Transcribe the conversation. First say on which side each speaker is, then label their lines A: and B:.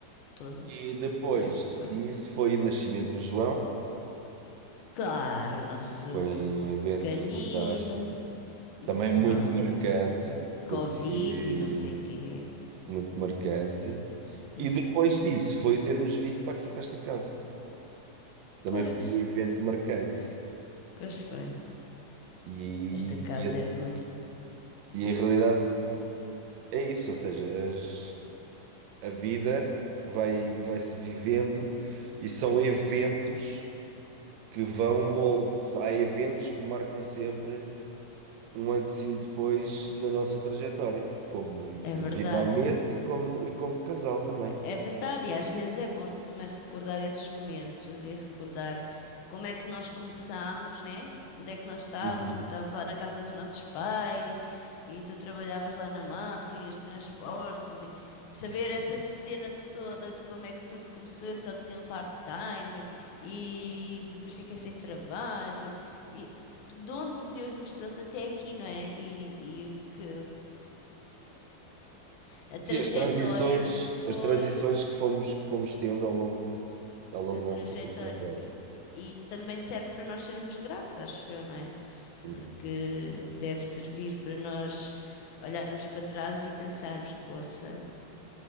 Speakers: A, on the left; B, on the right.
A: toda,
B: E depois
A: nossa forma
B: disso
A: de pensar.
B: foi o nascimento do João,
A: Claro, o nosso
B: foi um evento
A: canino,
B: fantástico Também
A: claro,
B: muito marcante, porque
A: Covid e não sei o quê.
B: muito marcante.
A: Uhum.
B: E depois disso foi termos vindo para aqui, para esta casa. Também
A: Pois,
B: foi um evento marcante.
A: pois foi.
B: E,
A: Esta casa
B: e, a-
A: é muito.
B: e em realidade é isso, ou seja, as- a vida vai, vai-se vivendo e são eventos que vão moldar. Há eventos que marcam sempre um antes e um depois na nossa trajetória, como
A: É
B: individualmente
A: verdade.
B: e como, e como casal também.
A: É verdade. E às vezes é bom também recordar esses momentos e recordar como é que nós começámos, né? Onde é que nós estávamos
B: Uhum.
A: quando estávamos lá na casa dos nossos pais e tu trabalhavas lá na Mafra e os transportes e saber essa cena toda de como é que tudo começou. Eu só tinha um part-time e depois fiquei sem trabalho e de onde Deus nos trouxe até aqui, não é? E, e o que a trajetória
B: Sim, as transições,
A: que foi,
B: as transições que fomos, que fomos tendo ao longo, ao longo
A: a trajetória.
B: da nossa trajetória.
A: E, e também serve para nós sermos gratos, acho eu, não é?
B: Uhum.
A: Porque deve servir para nós olharmos para trás e pensarmos, poça,